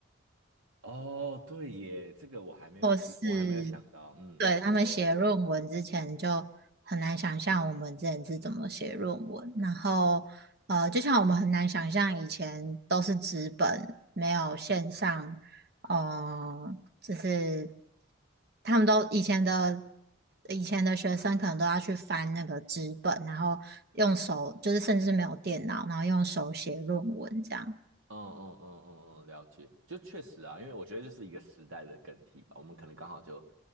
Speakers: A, on the right; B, on the right.
A: 哦，对耶，这个我还没有思，
B: 或是
A: 我还没有想到。嗯，
B: 对他们写论文之前就很难想象我们之前是怎么写论文，
A: 请说。
B: 然后呃，就像我们很难想象以前都是纸本，没有线上，呃，就是他们都以前的以前的学生可能都要去翻那个纸本，然后用手，就是甚至没有电脑，然后用手写论文这样，
A: 嗯嗯嗯嗯嗯，了解，就确实啊，因为我觉得就是一个时代的更替吧，我们可能刚好就